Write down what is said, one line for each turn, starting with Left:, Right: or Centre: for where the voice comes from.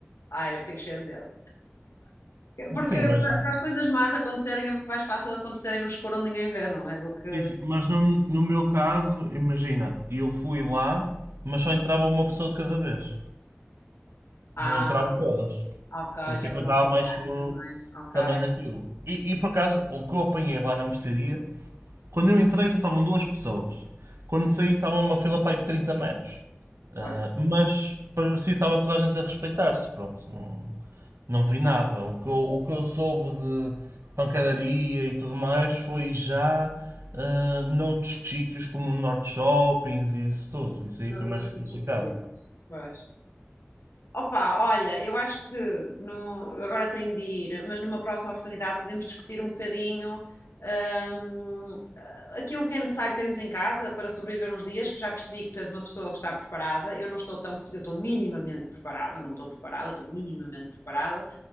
Left: ai, eu fico cheia de medo. Porque
Right: Sim, mas,
Left: para para as coisas más acontecerem é muito mais fácil acontecerem no escuro onde ninguém vê, não é? Do que.
Right: isso- mas no, no meu caso, imagina, eu fui lá, mas só entrava uma pessoa de cada vez,
Left: Ah,
Right: não entravam todas.
Left: ok,
Right: Por isso
Left: que é
Right: é que
Left: para
Right: eu estava
Left: não roubarem
Right: mais seguro
Left: também. Ok,
Right: também daquilo. E, e por acaso, o que eu apanhei lá na mercearia Quando eu entrei só estavam duas pessoas. Quando saí estava uma fila para aí de 30 metros. Ah,
Left: bem.
Right: mas parecia que estava toda a gente a respeitar-se. Pronto, não, não vi nada. O que, eu, o que eu soube de pancadaria e tudo mais foi já ah, noutros sítios como o Norte Shoppings e isso tudo. Isso
Left: Nas
Right: aí foi
Left: nas
Right: mais complicado.
Left: minhas superfícies. Pois. Opa, olha, eu acho que no, agora tenho de ir, mas numa próxima oportunidade podemos discutir um bocadinho hum, aquilo que é necessário termos em casa para sobreviver uns dias, porque já percebi que tu és uma pessoa que está preparada. Eu não estou tão, eu estou minimamente preparada, não estou preparada, estou minimamente preparada.